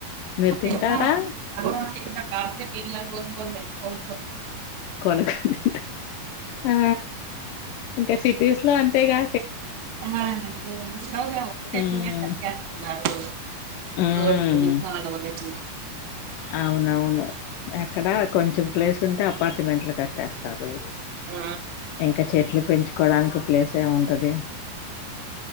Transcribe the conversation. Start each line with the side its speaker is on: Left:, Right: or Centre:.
Left: మీరు తింటారా
Right: కాపోతే <unintelligible> పోసుకొని తింటా ఒంట్లో
Left: కొన కొని ఆ ఇంకా సిటీస్ లో అంతే గా
Right: <unintelligible>
Left: ఉమ్ ఉమ్ అవునవును ఎక్కడ కొంచెం ప్లేస్ ఉంటే అపార్ట్మెంట్లు కట్టేస్తారు.
Right: ఆ
Left: ఇంకా చెట్లు పెంచుకోడానికి ప్లేసేం ఉంటది.